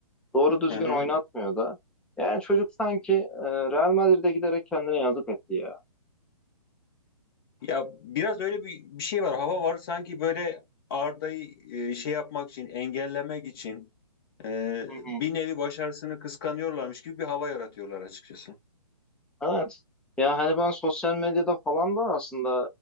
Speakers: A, in the centre; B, on the left.
A: Doğru düzgün
B: Hı hı.
A: oynatmıyor da. Yani çocuk sanki e, Real Madrid'e giderek kendine yazık etti ya.
B: Ya biraz öyle bir, bir şey var. Hava var sanki böyle Arda'yı e, şey yapmak için, engellemek için e,
A: Hı hı.
B: bir nevi başarısını kıskanıyorlarmış gibi bir hava yaratıyorlar açıkçası.
A: Evet. Ya hani ben sosyal medyada falan da aslında